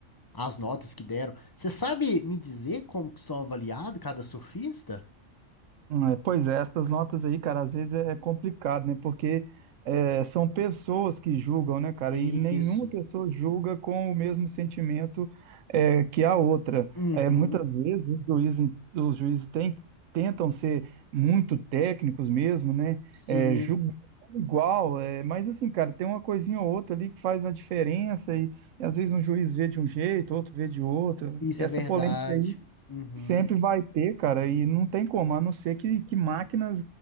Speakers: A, on the left (about 35°); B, on the right (about 75°).
A: As notas que deram. Você sabe me dizer como que são avaliados cada surfista?
B: Hum, É, Pois é, essas notas aí, cara, às vezes é é complicado, né? Porque é, são pessoas que julgam, né, cara?
A: Isso.
B: E nenhuma pessoa julga com o mesmo sentimento é, que a outra.
A: Uhum.
B: É, muitas vezes os juízes, os juízes tem- tentam ser muito técnicos mesmo, né?
A: Sim,
B: É, julgam igual, é, mas assim, cara, tem uma coisinha ou outra ali que faz uma diferença e, e às vezes um juiz vê de um jeito, outro vê de outro.
A: isso
B: E
A: é
B: essa
A: verdade.
B: polêmica aí.
A: Uhum.
B: Sempre vai ter, cara, e não tem como, a não ser que, que máquinas